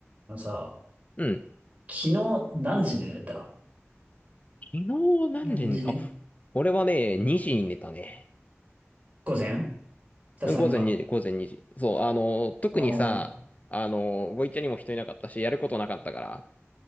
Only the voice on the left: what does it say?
うん。
昨日何時に、
あ、俺はね、2時に寝たね。
うん午前2時、午前2時。そう、あの、特にさ、
あの、ボイチャにも人いなかったし、やることなかったから。